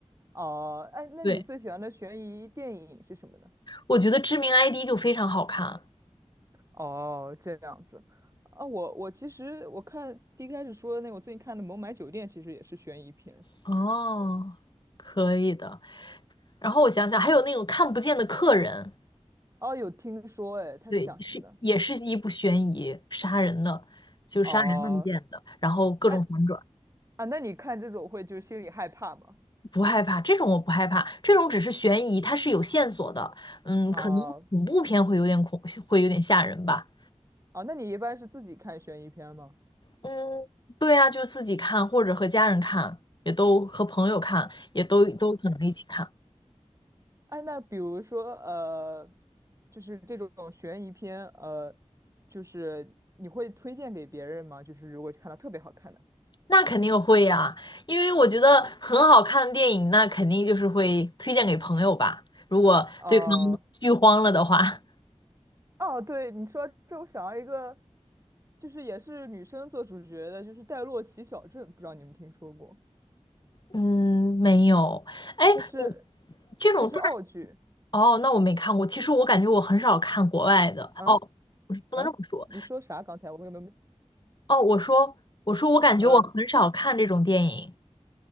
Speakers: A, on the right (about 25°); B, on the left (about 40°).
A: 哦，哎，那你最喜欢的悬疑电影是什么呢？
B: 对，我觉得《致命 ID》就非常好看。
A: 哦，这样子啊，我我其实我看第一开始说的那个，我最近看的《孟买酒店》其实也是悬疑片。
B: 哦，可以的。然后我想想，还有那种看不见的客人，
A: 哦，有听说，哎，它是讲什么的？
B: 对，是也是一部悬疑杀人的，就杀人案件的，
A: 哦，
B: 然后各种反转，
A: 哎啊，那你看这种会就是心里害怕吗？
B: 不害怕，这种我不害怕，这种只是悬疑，它是有线索的，嗯，
A: 哦
B: 可能恐怖片会有点恐，会有点吓人吧，
A: 哦，那你一般是自己看悬疑片吗？
B: 嗯，对啊，就自己看或者和家人看，也都和朋友看，也都都可能一起看。
A: 哎，那比如说呃，就是这种悬疑片，呃，就是你会推荐给别人吗？就是如果看到特别好看的，
B: 那肯定会呀，因为我觉得很好看的电影，那肯定就是会推荐给朋友吧。如果对方剧荒了的话，
A: 哦、哦，对，你说这，我想到一个，就是也是女生做主角的，就是《戴洛奇小镇》，不知道你们听说过？
B: 嗯，没有。哎，
A: 它是
B: 你这种大，
A: 它是澳剧，
B: 哦，那我没看过。其实我感觉我很少看国外的。
A: 嗯
B: 哦，不是不能这么说。
A: 嗯，你说啥？刚才我有没有？
B: 哦，我说我说我感觉我很少看这种电影，
A: 呃，